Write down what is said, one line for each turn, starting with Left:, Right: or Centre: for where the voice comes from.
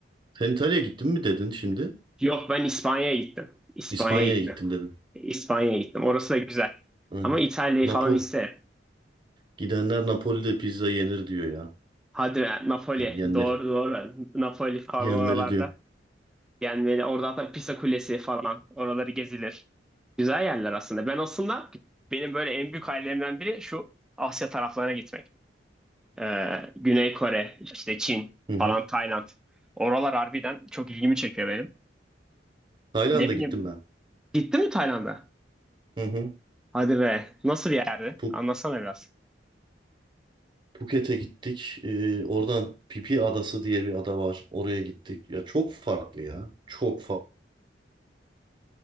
Right: Sen İtalya'ya gittin mi dedin şimdi?
Centre: Yok ben İspanya'ya gittim. İspanya'ya
Right: İspanya'ya
Centre: gittim.
Right: gittim dedim.
Centre: İspanya'ya gittim. Orası da güzel.
Right: Aynen.
Centre: Ama İtalya'yı
Right: Napoli.
Centre: falan isterim.
Right: Gidenler Napoli'de pizza yenir diyor ya.
Centre: Hadi be, Napoli.
Right: Yani yenmeli.
Centre: Doğru doğru. Napoli falan
Right: Yenmeli
Centre: oralarda.
Right: diyor.
Centre: Yani böyle orada hatta Pisa Kulesi falan. Oraları gezilir. Güzel yerler aslında. Ben aslında benim böyle en büyük hayallerimden biri şu Asya taraflarına gitmek. Ee, Güney Kore, işte Çin
Right: Hı hı.
Centre: falan Tayland. Oralar harbiden çok ilgimi çekiyor benim.
Right: Tayland'a
Centre: Ne bileyim.
Right: gittim ben.
Centre: Gittin mi Tayland'a?
Right: Hı hı.
Centre: Hadi be. Nasıl bir yerdi?
Right: Phu-
Centre: Anlatsana biraz.
Right: Phuket'e gittik. Ee, oradan Pipi Adası diye bir ada var. Oraya gittik. Ya çok farklı ya. Çok farklı.